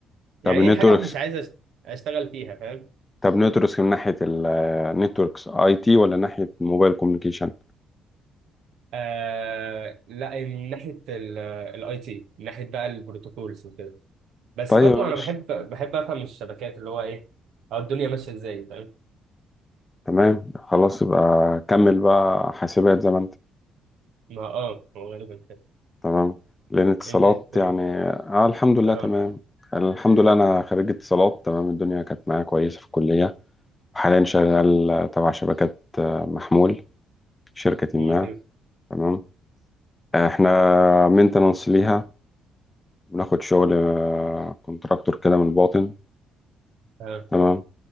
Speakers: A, on the right (about 65°); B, on the left (about 20°).
A: يعني
B: طب النتوركس
A: ايه حاجه مش عايز أشت- اشتغل فيها فاهم
B: طب نتوركس من ناحيه النتوركس اي تي ولا ناحيه موبايل كوميونيكيشن
A: آه لا من ناحيه الاي تي من ناحيه بقى البروتوكولز وكده بس
B: طيب
A: برضو
B: يا
A: انا
B: باشا
A: بحب بحب افهم الشبكات اللي هو ايه أو الدنيا ماشيه ازاي فاهم
B: تمام خلاص يبقى كمل بقى حاسبات زي ما انت
A: ما اه هو غالبا كده
B: تمام لأن اتصالات
A: انت إيه الدنيا
B: يعني آه الحمد لله
A: اه
B: تمام الحمد لله أنا خريج اتصالات تمام الدنيا كانت معايا كويسة في الكلية وحاليا شغال آه، تبع شبكات آه، محمول شركة
A: مم،
B: ما
A: حلو
B: تمام آه، احنا مينتنانس ليها بناخد شغل آه، كونتراكتور كده من الباطن
A: اه
B: تمام